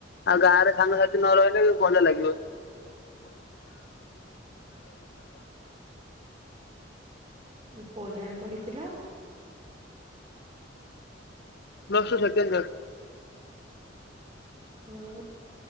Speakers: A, on the left (about 60°); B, on the right (about 25°).
A: ଆଉ ଗାଁରେ ସାଙ୍ଗ ସାଥି ନ ରହିଲେ ବି ଭଲ ଲାଗିବ <unintelligible>
B: ଉଁ କୋଉ ଯାଏ ପଡିଥିଲ?
A: Plus two second year.
B: ହଁ